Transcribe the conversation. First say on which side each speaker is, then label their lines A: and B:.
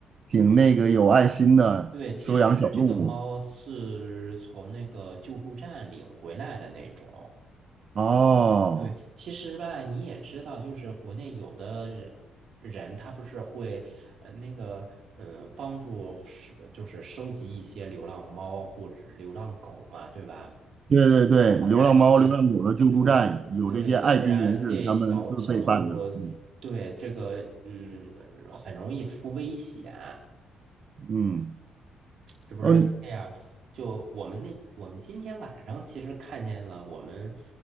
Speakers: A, on the right; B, on the right.
A: 挺那个有爱心的，
B: 对，对。其实这个猫是从那个救助站领回来的那种。
A: 收养小动物。哦，
B: 对，其实吧，你也知道，就是国内有的人人他不是会呃那个呃帮助是就是收集一些流浪猫或者是流浪狗嘛，对吧？
A: 对对对，
B: 要不然这个
A: 流浪猫、流浪狗的救助站有这些爱心人士他们自费办的。
B: 对对，要不然这小小动物
A: 嗯
B: 对这个嗯很容易出危险。
A: 嗯
B: 是不是这样？
A: 嗯
B: 就我们那，我们今天晚上其实看见了，我们